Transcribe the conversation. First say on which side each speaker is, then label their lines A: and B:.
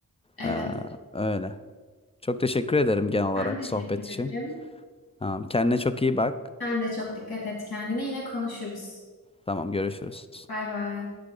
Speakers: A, on the left; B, on the left.
A: Evet.
B: Ee, öyle. Çok teşekkür ederim genel olarak
A: Ben teşekkür
B: sohbet için.
A: ederim.
B: Tamam, kendine çok iyi bak.
A: Sen de çok dikkat et kendine. Yine konuşuruz.
B: Tamam görüşürüz.
A: Bay bay.